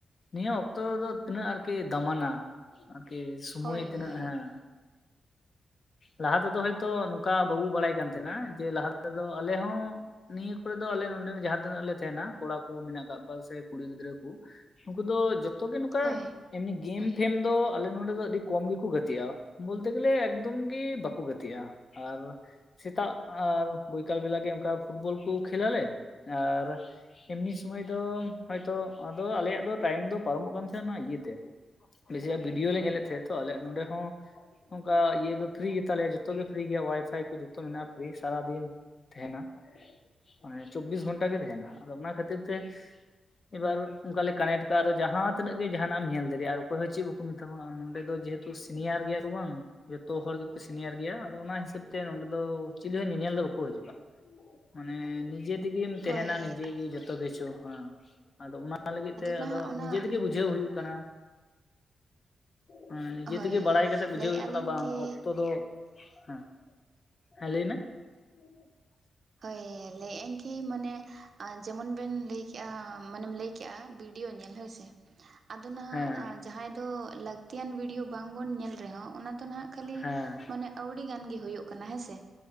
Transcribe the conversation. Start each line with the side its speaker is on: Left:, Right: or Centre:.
Left: ᱱᱤᱭᱟᱹ ᱚᱠᱛᱚ ᱫᱚ ᱛᱤᱱᱟᱹᱜ ᱟᱨᱠᱤ ᱫᱟᱢᱟᱱᱟ ᱟᱨᱠᱤ ᱥᱚᱢᱚᱭ
Right: ᱦᱳᱭ
Left: ᱛᱤᱱᱟᱹᱜ
Right: ᱦᱳᱭ
Left: ᱦᱮᱸᱼᱼ ᱞᱟᱦᱟ ᱛᱮᱫᱚ ᱦᱚᱭᱛᱚ ᱱᱚᱝᱠᱟ ᱵᱟᱵᱩ ᱵᱟᱲᱟᱭ ᱠᱟᱱ ᱛᱟᱦᱮᱸᱱᱟ ᱡᱮ ᱞᱟᱦᱟ ᱛᱮᱫᱚ ᱟᱞᱮ ᱦᱚᱸᱼᱼ ᱱᱤᱭᱟᱹ ᱠᱚᱨᱮ ᱫᱚ ᱟᱞᱮ ᱱᱚᱰᱮᱱ ᱡᱟᱦᱟᱸ ᱛᱤᱱᱟᱹᱜ ᱞᱮ ᱛᱟᱦᱮᱱᱟ ᱠᱚᱲᱟ ᱠᱚ ᱢᱮᱱᱟᱜ ᱟᱠᱟᱫ ᱠᱚᱣᱟ ᱥᱮ ᱠᱩᱲᱤ ᱜᱤᱫᱽᱨᱟᱹ ᱠᱚ ᱩᱱᱠᱩ ᱫᱚ ᱡᱚᱛᱚᱼᱼ ᱛᱚᱜᱮ ᱱᱚᱝᱠᱟ
Right: ᱦᱳᱭ
Left: ᱮᱢᱱᱤ ᱜᱮᱢ ᱯᱷᱮᱢ ᱫᱚ ᱟᱞᱮ ᱱᱚᱰᱮ ᱫᱚ ᱟᱹᱰᱤ ᱠᱚᱢ ᱜᱮᱠᱚ ᱜᱟᱛᱮᱜᱼᱟ ᱵᱚᱞᱛᱮ ᱜᱮᱞᱮ ᱮᱠᱫᱚᱢ ᱜᱮ ᱵᱟᱠᱚ ᱜᱟᱛᱮᱜᱼᱟ ᱟᱨᱼᱼ ᱥᱮᱛᱟᱜ ᱟᱨ ᱵᱳᱭᱠᱟᱞ ᱵᱮᱞᱟ ᱜᱮ ᱚᱱᱠᱟ ᱯᱷᱩᱴᱵᱚᱞ ᱠᱚ ᱠᱷᱮᱞᱟᱞᱮ ᱟᱨᱼᱼ ᱮᱢᱱᱤ ᱥᱚᱢᱚᱭ ᱫᱚ ᱦᱚᱭᱛᱚ ᱟᱫᱚ ᱟᱞᱮᱭᱟᱜ ᱫᱚ ᱴᱟᱭᱤᱢ ᱫᱚ ᱯᱟᱨᱚᱢᱚᱜ ᱠᱟᱱ ᱛᱟᱦᱮᱸᱱᱟ ᱚᱱᱟ ᱤᱭᱟᱹ ᱛᱮ ᱵᱮᱥᱤᱨ ᱵᱷᱟᱜᱽ ᱵᱷᱤᱰᱭᱳ ᱞᱮ ᱧᱮᱞᱮᱫ ᱛᱟᱦᱮᱸᱫ ᱛᱚ ᱟᱞᱮ ᱱᱚᱸᱰᱮ ᱦᱚᱸ ᱚᱱᱠᱟ ᱤᱭᱟᱹ ᱯᱷᱤᱨᱤ ᱜᱮᱛᱟ ᱞᱮᱭᱟ ᱡᱚᱛᱚ ᱜᱮ ᱯᱷᱤᱨᱤ ᱜᱮ ᱚᱣᱟᱭᱯᱷᱟᱭ ᱠᱚ ᱡᱚᱛᱚ ᱢᱮᱱᱟᱜᱼᱟ ᱥᱟᱨᱟᱫᱤᱱ ᱛᱟᱦᱮᱸᱱᱟ ᱢᱟᱱᱮ ᱪᱚᱵᱽᱵᱤᱥ ᱜᱷᱚᱱᱴᱟ ᱜᱮ ᱛᱟᱦᱮᱱᱟ ᱟᱫᱚ ᱚᱱᱟ ᱠᱷᱟᱹᱛᱤᱨ ᱛᱮ ᱮᱵᱟᱨᱼᱼ ᱚᱱᱠᱟ ᱞᱮ ᱠᱟᱱᱮᱴ ᱠᱟᱜ ᱟᱫᱚ ᱡᱟᱦᱟᱸ ᱛᱤᱱᱟᱹᱜ ᱜᱮ ᱡᱟᱦᱟᱱᱟᱜ ᱮᱢ ᱧᱮᱞ ᱫᱟᱲᱮᱭᱟᱜᱼᱟ ᱚᱠᱚᱭ ᱦᱚᱸ ᱪᱮᱫ ᱵᱟᱠᱚ ᱢᱮᱛᱟᱢᱟ ᱱᱚᱰᱮ ᱫᱚ ᱡᱮᱦᱩᱼᱼ ᱩ ᱥᱤᱱᱤᱭᱟᱨ ᱜᱮᱭᱟ ᱠᱚ ᱵᱟᱝ ᱡᱚᱛᱚ ᱦᱚᱲ ᱜᱮᱠᱚ ᱥᱤᱱᱤᱭᱟᱨ ᱜᱮᱭᱟ ᱟᱫᱚ ᱚᱱᱟ ᱦᱤᱥᱟᱹᱵ ᱛᱮ ᱱᱚᱰᱮ ᱫᱚ ᱪᱤᱞᱤ ᱦᱚᱸ ᱧᱮᱧᱮᱞ ᱫᱚ ᱵᱟᱠᱚ ᱦᱤᱡᱩᱜᱼᱟ ᱢᱟᱱᱮ ᱱᱤᱡᱮ ᱛᱮᱜᱮᱢ ᱛᱟᱦᱮᱱᱟ
Right: ᱦᱳᱭ
Left: ᱱᱤᱡᱮ ᱜᱮ ᱡᱚᱛᱚ ᱠᱤᱪᱷᱩ ᱦᱮᱸ ᱟᱫᱚ ᱚᱱᱟ ᱚᱱᱟ ᱞᱟᱹᱜᱤᱫ ᱛᱮ
Right: ᱱᱟᱦᱟᱜ
Left: ᱟᱫᱚ
Right: ᱚᱱᱟ
Left: ᱱᱤᱡᱮ ᱛᱮᱜᱮ ᱵᱩᱡᱷᱟᱹᱣ ᱦᱩᱭᱩᱜ ᱠᱟᱱᱟ ᱦᱮᱸ ᱱᱤᱡᱮ
Right: ᱦᱳᱭ
Left: ᱛᱮᱜᱮ
Right: ᱦᱳᱭ
Left: ᱵᱟᱲᱟᱭ ᱠᱟᱛᱮᱜ ᱵᱩᱡᱷᱟᱹᱣ
Right: ᱞᱟᱹᱭᱮᱫᱼᱟ
Left: ᱦᱩᱭᱩᱜ ᱠᱟᱱᱟ
Right: ᱞᱤᱧ
Left: ᱵᱟᱝ
Right: ᱠᱤ
Left: ᱚᱠᱛᱚ ᱫᱚ ᱦᱮᱸ ᱦᱮᱸ ᱞᱟᱹᱭ ᱢᱮ <inaudible>
Right: ᱦᱳᱭ ᱞᱟᱹᱭ ᱟᱹᱧ ᱤ ᱢᱟᱱᱮ ᱟ ᱡᱮᱢᱚᱱ ᱵᱮᱱ ᱞᱟᱹᱭ ᱠᱮᱜᱼᱟ ᱢᱟᱱᱮᱢ ᱞᱟᱹᱭ ᱠᱮᱜᱼᱟ ᱵᱷᱤᱰᱭᱳ ᱧᱮᱞ ᱦᱳᱭ ᱥᱮ ᱟᱫᱚ ᱱᱟᱦᱟᱜ
Left: ᱦᱮᱸ
Right: ᱡᱟᱦᱟᱸᱭ ᱫᱚ ᱞᱟᱹᱠᱛᱤᱭᱟᱱ ᱵᱷᱤᱰᱭᱳ ᱵᱟᱝ ᱵᱚᱱ ᱧᱮᱞ ᱨᱮᱦᱚᱸ ᱚᱱᱟ ᱫᱚ ᱱᱟᱜ ᱠᱷᱟᱹᱞᱤᱼᱼ
Left: ᱦᱮᱸ ᱦᱮᱸ
Right: ᱢᱟᱱᱮ ᱟᱹᱣᱰᱤ ᱜᱟᱱ ᱜᱮ ᱦᱩᱭᱩᱜ ᱠᱟᱱᱟ ᱦᱮᱸ ᱥᱮ